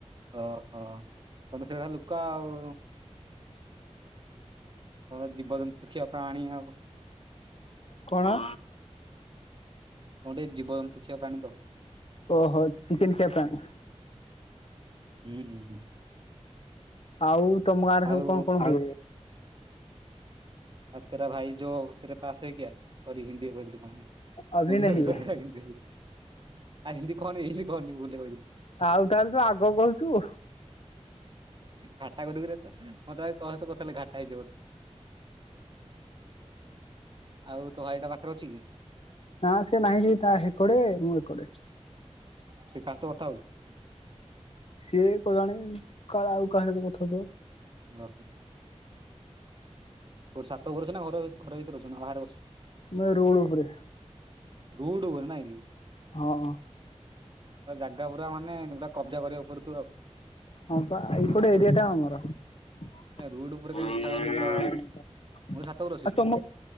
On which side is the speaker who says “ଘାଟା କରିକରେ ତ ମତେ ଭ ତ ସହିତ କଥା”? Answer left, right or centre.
Right